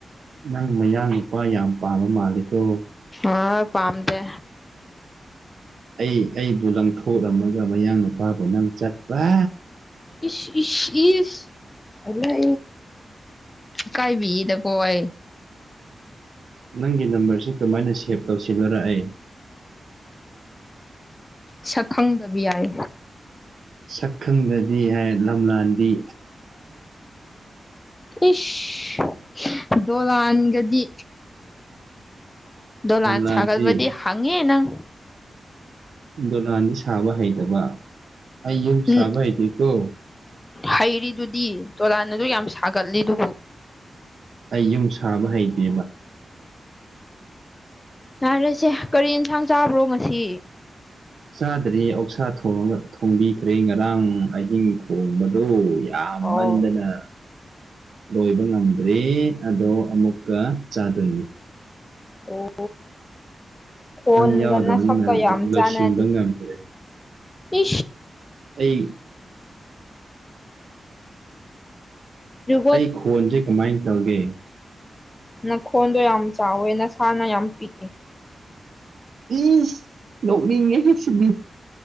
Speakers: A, on the right (about 75°); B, on the left (about 20°).
A: ꯅꯪ ꯃꯌꯥ ꯅꯨꯄꯥ ꯌꯥꯝ ꯄꯥꯝꯕ ꯃꯥꯜꯂꯤꯀꯣ
B: ꯑ ꯄꯝꯗ
A: ꯑꯩ ꯑꯩꯕꯨ ꯂꯪꯊꯣꯛꯑꯝꯃꯒ ꯃꯌꯥꯡ ꯅꯨꯄꯥꯕꯨ ꯅꯪ ꯆꯠꯄ
B: ꯏ ꯏ ꯏ ꯑ ꯀꯥꯏ ꯕꯤꯗ ꯀꯣꯏ
A: ꯅꯪꯒꯤ ꯅꯝꯕꯔꯁꯤ ꯀꯃꯥꯏꯅ ꯁꯦꯚ ꯇꯧꯁꯤꯜꯂꯣꯔꯛꯑꯦ
B: ꯁꯛ ꯈꯪꯗꯕ ꯌꯥꯏ
A: ꯁꯛꯈꯪꯗꯗꯤ ꯍꯥꯏ ꯂꯝꯂꯥꯟꯗꯤ
B: ꯏꯁꯁ ꯗꯣꯂꯥꯟꯒꯗꯤ ꯗꯣ
A: ꯂꯝꯂꯥꯟꯗꯤ
B: ꯂꯥꯟ ꯁꯥꯒꯜꯕꯗꯤ ꯍꯪꯉꯦ ꯅꯪ
A: ꯗꯣꯂꯥꯟꯗꯤ ꯁꯥꯕ ꯍꯩꯇꯕ ꯑꯩ ꯌꯨꯝ
B: ꯎꯝ
A: ꯁꯥꯕ ꯍꯩꯗꯣꯏꯀꯣ
B: ꯍꯩꯔꯤꯗꯨꯗꯤ ꯇꯣꯂꯥꯟ ꯑꯗꯨ ꯌꯥꯝ ꯁꯥꯒꯠꯂꯤ ꯑꯗꯨꯕꯨ
A: ꯑꯩ ꯌꯨꯝ ꯁꯥꯕ ꯍꯩꯇꯦꯕ
B: ꯌꯥꯔꯁꯦ ꯀꯔꯤ ꯌꯦꯟꯁꯥꯡ ꯆꯥꯕ꯭ꯔꯣ ꯉꯁꯤ
A: ꯆꯥꯗ꯭ꯔꯦ ꯑꯛꯁꯥ ꯊꯉ ꯊꯣꯡꯕꯤꯈ꯭ꯔꯦ ꯉꯔꯥꯡ ꯑꯍꯤꯡ ꯊꯣꯡꯕꯗꯣ ꯌꯥꯝꯃꯟꯗꯅ
B: ꯑꯣ
A: ꯂꯣꯏꯕ ꯉꯝꯗ꯭ꯔꯦ ꯑꯗꯣ ꯑꯃꯨꯛꯀ ꯆꯥꯗꯣꯏꯅꯤ
B: ꯑꯣ ꯐꯣꯟꯒꯅ
A: ꯅꯪ ꯌꯥꯎꯗꯕꯅꯤꯅ
B: ꯁꯀ ꯌꯥꯝ
A: ꯂꯣꯏꯁꯤꯟꯕ
B: ꯆꯅꯗꯤ
A: ꯉꯝꯗ꯭ꯔꯦ
B: ꯏ
A: ꯑꯩ
B: ꯖꯨꯒꯣꯠ
A: ꯑꯩ ꯈꯣꯟꯁꯦ ꯀꯃꯥꯏꯅ ꯇꯧꯒꯦ
B: ꯅꯈꯣꯟꯗꯣ ꯌꯥꯝ ꯆꯥꯎꯋꯦ ꯅꯁꯥꯅ ꯌꯥꯝ ꯄꯤꯛꯏꯦ
A: ꯏ ꯅꯣꯛꯅꯤꯡꯉꯦ ꯁꯤꯗꯤ